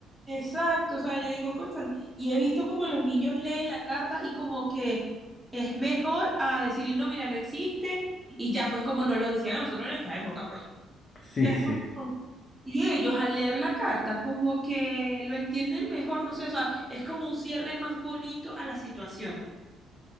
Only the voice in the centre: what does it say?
Exacto, o sea, yo digo, cónchale, y he visto como los niños leen la carta y como que es mejor a decirle, no, mira, no existe, y ya pues como nos lo decían a nosotros en esta época, pues. <laughs>
Ya es como-
Y ellos al leer la carta como que lo entienden mejor, no sé, o sea, es como un cierre más bonito a la situación.